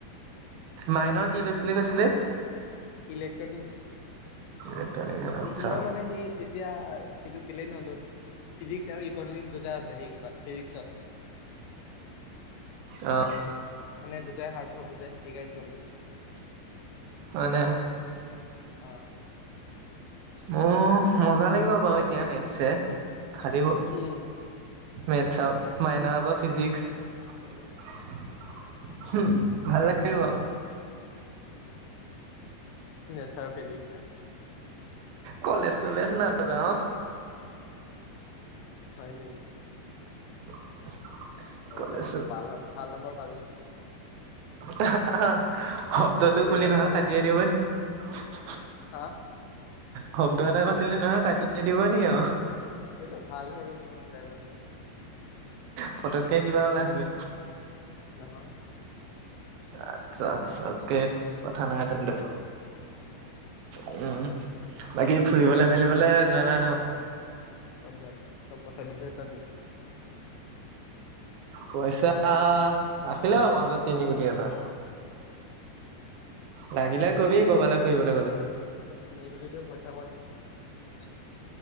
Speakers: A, on the right; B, on the left.
A: মাইনৰ কি লৈছিলি কৈছিলি?
B: ইলেক্ট্ৰনিকচ,
A: ইলেক্ট্ৰনিক্স আচ্ছা
B: ম-মই মানে সেই তেতিয়া সেইটো কেলে নললো। ফিজিক্স আৰু ইকনমিক্স দুটা আছে সেই কিবাত, ফিজিক্সত। <inaudible>
A: অ'।
B: মানে দুটাই হাৰদ হব যে, সেই কাৰনে নললো।
A: হয়নে
B: অ'।
A: মোৰ মজা লাগিব বাৰু এতিয়া মেটছে, ফালিব।
B: উম
A: মেথছৰ, মাইনৰ আকৌ ফিজিক্স। হম', ভাল লাগিব।
B: মেথছ আৰু ফিজিক্স নে
A: কলেচ-চলেচ নাযাওঁ।
B: হয় নি?
A: <inaudible> কলেজ
B: এদিন মান ভাল ন, ভাল নম্বৰ পাবি।
A: অহা আহা, শব্দটো
B: পৰীক্ষাত
A: কোলি নহয়
B: ভাল
A: কাটি
B: নম্বৰ পাবি
A: দিব <unintelligible>
B: হা?
A: শব্দ এটা কছিলি নহয় কাটিয়ে দিব নি আও
B: এইটো ভাল হে কৈছো মই বেয়া কোৱা নাই নহয়।
A: পতককে কিবা ওলাইছিলে
B: নহয়।
A: আচ্ছা তাকে, কথা নাই তেন্তে।
B: উম
A: উম, বাকী ফুৰিবলে মেলিবলে যোৱা নাই ন?
B: কত যাম, তক পইচা দি থৈছা নি?
A: পইচা, আছিলে অলপ হাতত তিনি কোটি এটা।
B: অ'।
A: লাগিলে
B: এ সেইটো
A: কবি
B: বহুত
A: ক'বালৈ
B: হয়
A: ফুৰিবলৈ
B: হে,
A: গ'লে
B: তিনি কোটিতো পইচা পৰে নেকি <inaudible>